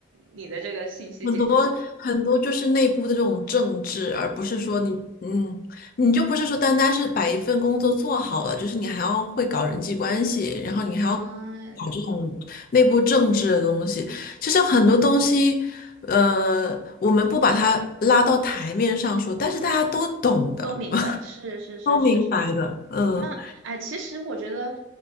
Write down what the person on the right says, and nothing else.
你的这个信息简直是。
嗯，
都明白，是是是是是，
那哎，其实我觉得，